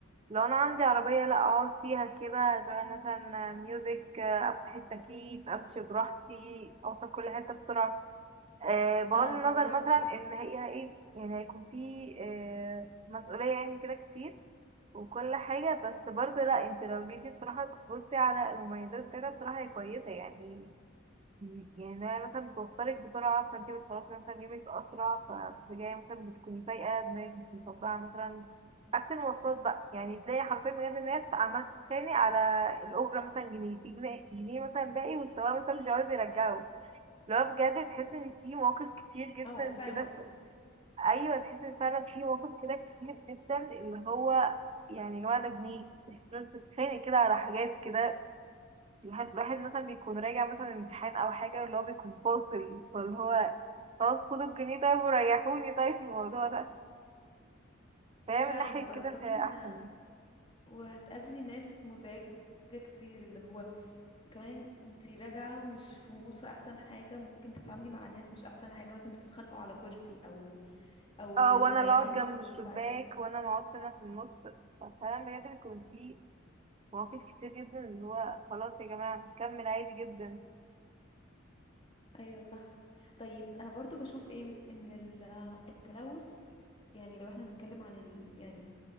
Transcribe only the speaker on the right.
لو انا عندي عربيه لا اقعد فيها كده اشغل مثلا ميوزك افتح التكييف امشي براحتي اوصل كل حته بسرعه أه بغض
النظر
مثلا ان هي ايه يعني هيكون في أه مسؤوليه يعني كده كتير وكل حاجه بس برضه لا انت لو جيتي بصراحه تبصي على المميزات كده بصراحه هي كويسه يعني يعني انها مثلا بتوصلك بسرعة فانت بتخلصي مثلا يومك أسرع فبترجعي مثلا بتكوني فايقة دماغك مش مصدعة مثلا عكس المواصلات بقى يعني تلاقي حرفيا بجد الناس عمالة تتخانق على الأجرة مثلا جنيه في جنيه, جنيه مثلا باقي والسواق مثلا مش عاوز يرجعه اللي هو بجد تحس ان في مواقف كتير جدا
كده
في... ايوه تحس ان فعلا في مواقف كده كتير جدا اللي هو يعني الواد ده جنيه تحس إن أنت بتتخانق كده على حاجات كده الواحد الواحد مثلا بيكون راجع مثلا امتحان او حاجة اللي هو بيكون فاصل فاللي هو خلاص خدوا الجنيه طيب وريحوني طيب من الموضوع ده فهي من
ناحية
كده
فهي احسن لي
اه
وانا اللي اقعد جنب
الشباك
وانا ما اقعدش انا في النص ففعلا بجد بيكون في مواقف كتير جدا اللي هو خلاص يا جماعة هنكمل عادي جدا